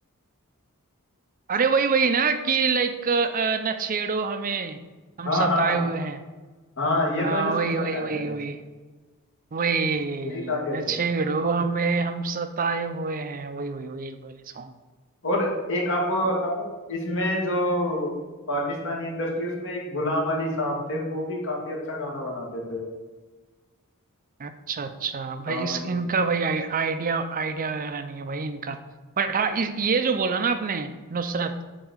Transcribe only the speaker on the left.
हाँ
हाँ
हाँ ये
तो मैंने सुन
रखा
है
कहीं
ये भी काफी अच्छा
सॉन्ग
और एक आपको बताऊं इसमें जो पाकिस्तानी इंडस्ट्री उसमें एक गुलाम अली साहब थे वो भी काफी अच्छा गाना बनाते थे
गुलाम
अली
के